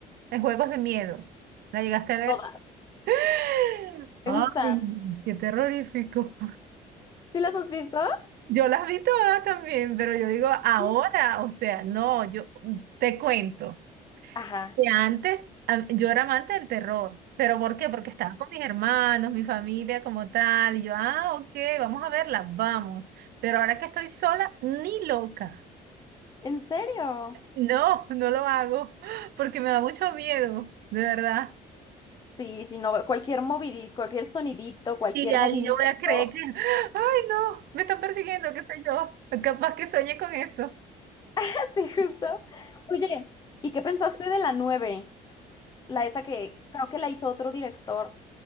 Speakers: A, on the right; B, on the left.
A: de Juegos de Miedo? ¿La llegaste a ver?
B: Todas.
A: <gasps> <laughs>
B: ¿Te
A: Ay,
B: gustan?
A: qué terrorífico.
B: ¿Sí las has visto?
A: Yo las vi todas también, pero yo digo ahora,
B: Sí.
A: o sea, no, yo te cuento
B: Ajá.
A: que antes a- yo era amante del terror, pero ¿por qué? Porque estaba con mis hermanos, mi familia como tal, y yo, ah, ok, vamos a verla, vamos, pero ahora que estoy sola, ni loca,
B: ¿En serio?
A: no, <laughs> no lo hago, porque me da mucho miedo, de verdad.
B: Sí, sí, no, cualquier movidito, cualquier sonidito, cualquier
A: Y ahí
B: movimiento.
A: yo voy a creer que, ay, no, me están persiguiendo, qué sé yo, capaz que soñé con eso.
B: <laughs> Sí, justo. Oye, ¿y qué pensaste de la 9 La esa que creo que la hizo otro director,